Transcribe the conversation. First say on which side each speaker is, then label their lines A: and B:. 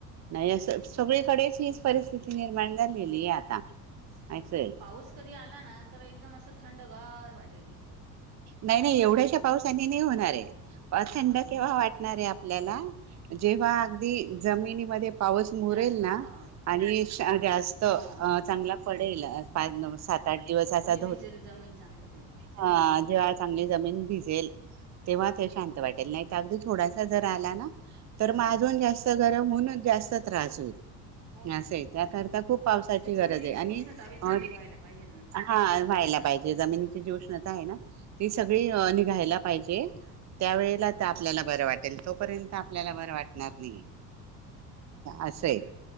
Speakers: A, on the right; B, on the right.
A: नाही असं
B: तेच
A: सगळीकडेच
B: ना
A: हीच परिस्थिती निर्माण झालेली आहे आता असय.
B: पाऊस कधी आला ना तर एकदम असं थंडगार वाटेल बिलकुल
A: नाही नाही एवढ्याशा पावसानी नाही होणार आहे.
B: हा
A: थंड केव्हा वाटणार
B: जास्त
A: आहे आपल्याला
B: हो
A: जेव्हा अगदी जमिनीमध्ये पाऊस मुरेल
B: जास्त
A: ना
B: हा
A: आणि जास्त
B: हा
A: चांगला पडेल पाच नव्हे सात आठ दिवस असा
B: भिजल जमीन चांगली तेव्हा
A: हा जेव्हा चांगली जमीन भिजेल. तेव्हा ते शांत
B: हो
A: वाटेल नाही तर अगदी थोडासा
B: हो
A: जर आला ना तर
B: हो
A: मग अजून जास्त जास्त गरम होऊन जास्त त्रास होईल.
B: हो ना हो
A: असं आहे.
B: ना
A: त्याकरता खूप पावसाची
B: तसे
A: गरज
B: जमिनीची
A: आहे आणि
B: उष्णता बी
A: अ
B: थंडी व्हायला पाहिजे ना
A: हा व्हायला पाहिजे. जमिनीची जी उष्णता आहे ना ती सगळी निघायला पाहिजे. त्यावेळेला आपल्याला बरं वाटेल तोपर्यंत आपल्याला बरं वाटणार नाही. असंय.
B: हम्म